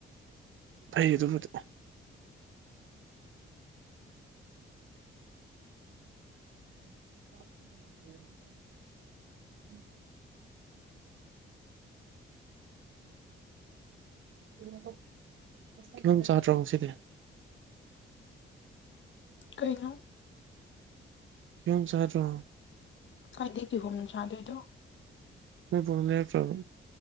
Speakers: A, on the right; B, on the left.
A: ꯐꯩ ꯑꯗꯨꯕꯨꯗꯤ <inaudible> <unintelligible> <unintelligible> ꯀꯤꯍꯣꯝ ꯆꯥꯗ꯭ꯔꯣ ꯉꯁꯤꯗꯤ
B: ꯀꯩꯅꯣ
A: ꯀꯤꯍꫭꯝ ꯆꯥꯗ꯭ꯔꯣ
B: ꯀꯥꯏꯗꯩ ꯀꯤꯍꯣꯝꯅꯣ ꯆꯥꯗꯣꯏꯗꯣ
A: ꯅꯣꯏ ꯕꯣꯛꯅ ꯂꯩꯔꯛꯇ꯭ꯔꯕꯣ